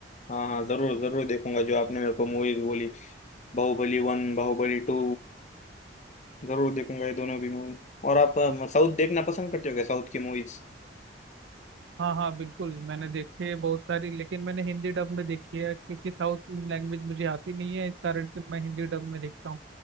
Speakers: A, on the left (about 40°); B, on the right (about 80°).
A: हाँ हाँ जरूर जरूर देखूंगा जो आपने मेरे को मूवीज बोली बाहुबली वन बाहुबली टू जरूर देखूंगा ये दोनों भी मूवी और आप साउथ देखना पसंद करते हो क्या साउथ की मूवीज
B: हाँ हाँ बिल्कुल मैंने देखी है बहुत सारी लेकिन मैंने हिंदी डब में देखी है क्योंकि साउथ लैंग्वेज मुझे आती नहीं है इस कारण से मैं हिंदी डब में देखता हूँ